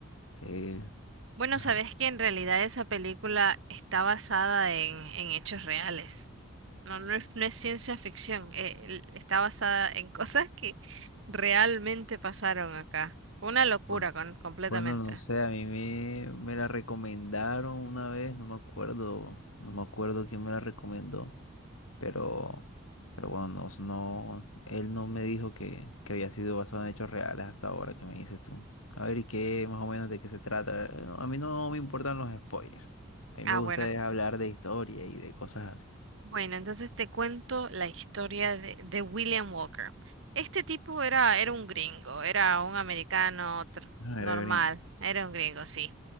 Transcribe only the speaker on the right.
Bueno,
sabes que en realidad esa película está basada en, en hechos reales. No, no es, no es ciencia ficción, eh, el- está basada en <laughs> cosas que realmente pasaron acá. Una locura
con- completamente.
Ah,
bueno.
Bueno, entonces te cuento la historia de, de William Walker. Este tipo era, era un gringo, era un americano tr-
normal,
era un gringo, sí.